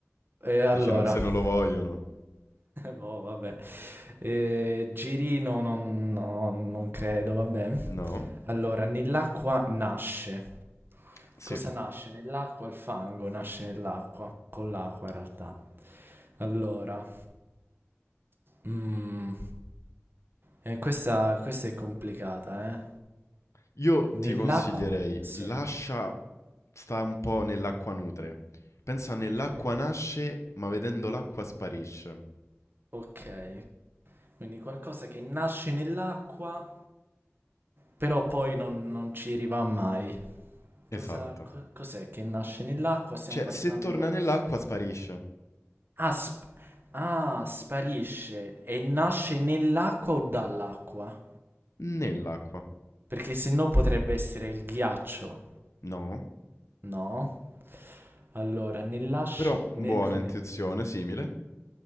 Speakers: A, on the right; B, on the left.
A: E allora,
B: Dici no- se
A: <laughs>
B: non lo vogliono.
A: boh, vabbè. E Girino non, no, non credo, vabbè.
B: No,
A: Allora, nell'acqua nasce.
B: sì.
A: Cosa nasce? Nell'acqua il fango nasce nell'acqua. Con l'acqua in realtà. Allora, mm, eh, questa, questa è complicata, eh.
B: Io
A: Nell'acqua...
B: ti consiglierei,
A: Sì,
B: lascia, sta un po' nell'acqua nutre. Pensa nell'acqua
A: ok.
B: nasce, ma vedendo l'acqua sparisce.
A: Ok. Quindi qualcosa che nasce nell'acqua, però poi non, non ci arriva mai.
B: Esatto.
A: Cosa, co- cos'è che nasce nell'acqua? Stiamo
B: Cioè,
A: parlando...
B: se torna nell'acqua sparisce.
A: Ah, sp- ah, sparisce. E nasce nell'acqua o dall'acqua?
B: Nell'acqua.
A: Perché se no potrebbe essere il ghiaccio,
B: No.
A: no? Allora, nella... sci-
B: Però buona
A: ne- ne-
B: intuizione, simile.